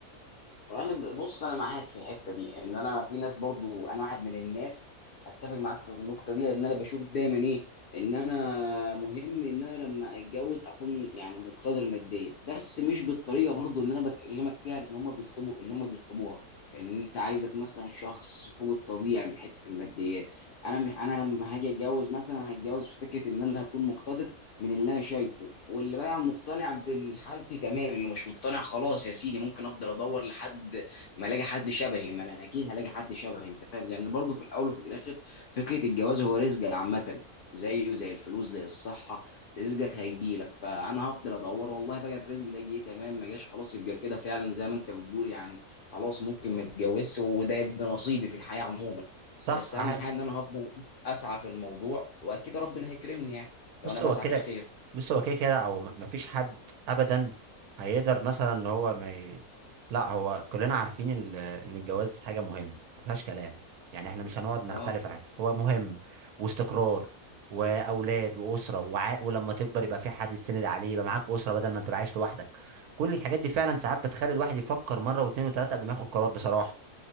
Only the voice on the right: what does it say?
صح
عادي.
بص
هو كده
بص هو كده كده او ما فيش حد ابدا هيقدر مثلا ان هو ما ي... لا هو كلنا عارفين ال- ان الجواز حاجه مهمه ما فيهاش كلام يعني احنا مش هنقعد نختلف
على حاجه هو مهم واستقرار واولاد واسره وع... ولما تكبر يبقى في حد يسند عليه يبقى معاك اسره بدل ما انت عايش لوحدك كل الحاجات دي فعلا ساعات بتخلي الواحد يفكر مره واثنين وثلاثه قبل ما ياخد قرار بصراحه